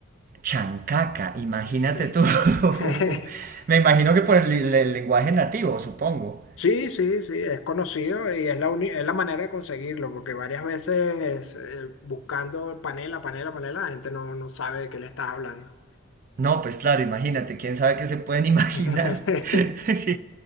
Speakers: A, on the right; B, on the left.
A: chancaca, imagínate
B: Sí.
A: tú. <laughs>
B: <laughs>
A: Me imagino que por el, el lenguaje nativo, supongo.
B: Sí, sí, sí, es conocido y es la, uni- es la manera de conseguirlo, porque varias veces eh, buscando panela, panela, panela, la gente no, no sabe de qué le estás hablando.
A: No, pues claro, imagínate, quién sabe qué se pueden imaginar.
B: <laughs>
A: <laughs>